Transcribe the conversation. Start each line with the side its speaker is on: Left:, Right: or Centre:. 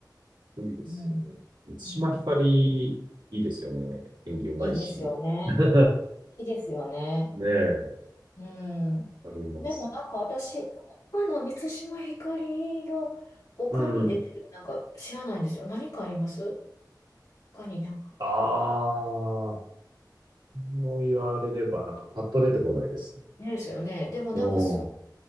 Right: いいですよね。
Left: うん。
Right: 満島ひかり、
Left: うん。
Right: いいですよね。演技うまいし。
Left: いいですよね。
Right: <laughs>
Left: いいですよね。
Right: ねえ、
Left: うん。
Right: あります。
Left: でもなんか私、他の満島ひかりの他に出てるなんか知らないんですよ。
Right: うん。
Left: 何かあります他になんか。
Right: ああ、そう言われれば、なんかパッと出てこないですね。
Left: ねですよね。でもなんかす
Right: おー